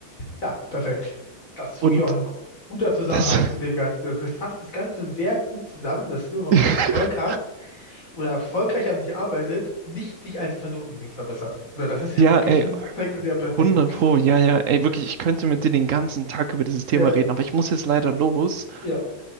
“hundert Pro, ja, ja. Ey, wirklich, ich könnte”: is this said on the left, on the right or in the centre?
Right